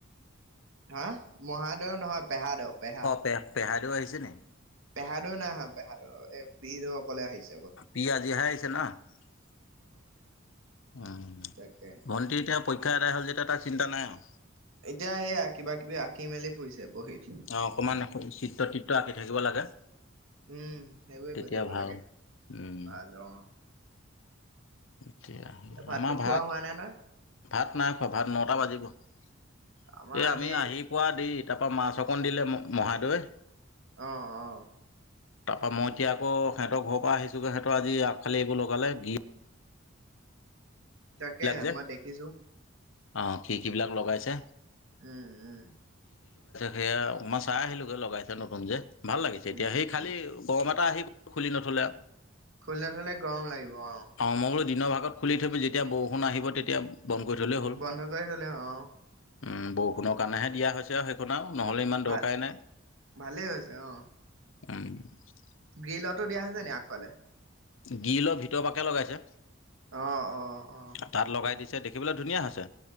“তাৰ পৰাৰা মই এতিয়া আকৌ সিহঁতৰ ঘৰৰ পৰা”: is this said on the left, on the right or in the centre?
Left